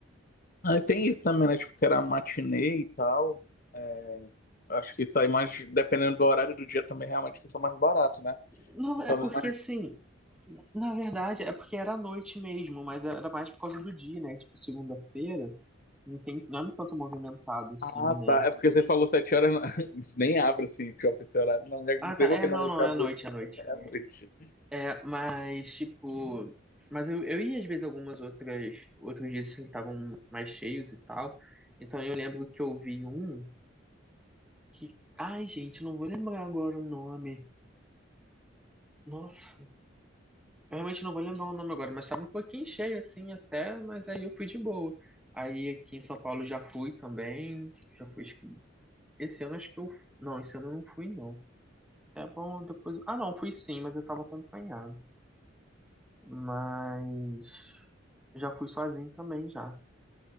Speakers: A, on the left (about 45°); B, in the centre.
A: Ah, e tem isso também, né? Tipo, que era matinê e tal. É, acho que sai mais, dependendo do horário do dia também, realmente fica mais barato, né?
B: Não,
A: Então,
B: é porque,
A: mas-
B: assim, na verdade, é porque era à noite mesmo, mas era mais por causa do dia, né? Tipo, segunda-feira, não tem, não é tanto movimentado, assim,
A: Ah,
B: né?
A: tá. É porque você falou sete horas, <laughs> nem abre assim, shopping esse horário. Não, não
B: Ah,
A: sei
B: tá,
A: por
B: é,
A: que
B: não,
A: na minha
B: não,
A: cabeça
B: é à noite, é à
A: <laughs>
B: noite.
A: é à noite.
B: É, mas, tipo. Mas eu, eu ia às vezes algumas outras. Outros dias assim, que estavam mais cheios e tal. Então eu lembro que eu vi um que. Ai, gente, não vou lembrar agora o nome. Nossa, eu realmente não vou lembrar o nome agora, mas estava um pouquinho cheio assim até, mas aí eu fui de boa. Aí aqui em São Paulo já fui também. Já fui. acho que- Esse ano acho que eu. Não, esse ano eu não fui, não. É bom, depois. Ah, não, fui sim, mas eu tava acompanhado. Mas. Já fui sozinho também já.